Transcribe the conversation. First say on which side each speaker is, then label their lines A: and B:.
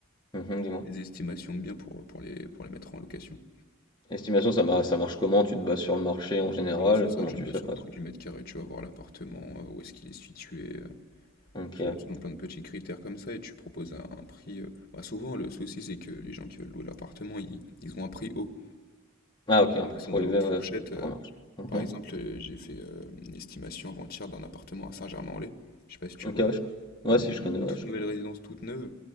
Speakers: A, on the left; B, on the left.
A: mhm, dis-moi.
B: des estimations de biens pour, pour les, pour les mettre en location.
A: Estimation, ça, mar- ça marche comment? Tu te bases sur le marché en général?
B: Bah, c'est ça,
A: Comment
B: tu
A: tu
B: te bases
A: fais?
B: sur
A: par
B: le prix du mètre carré, tu vas voir l'appartement, euh, où est-ce qu'il est situé,
A: exemple
B: Selon
A: Ok.
B: selon plein de petits critères comme ça, et tu proposes un, un prix. euh, bah, souvent, le souci, c'est que les gens qui veulent louer l'appartement, ils, ils ont un prix haut.
A: Ah, ok, un
B: Ils
A: prix
B: sont
A: trop
B: dans
A: élevé,
B: la haute
A: ouais,
B: fourchette. euh.
A: ça remarche. Mhm.
B: Par exemple, euh, j'ai fait euh, une estimation avant-hier d'un appartement à Saint-Germain-en-Laye. Je sais pas si tu
A: Ok,
B: vois.
A: ouais, je...
B: Dans,
A: ouais,
B: des-
A: si,
B: dans
A: je connais,
B: une
A: ouais,
B: toute
A: je
B: nouvelle
A: connais.
B: résidence, toute neuve.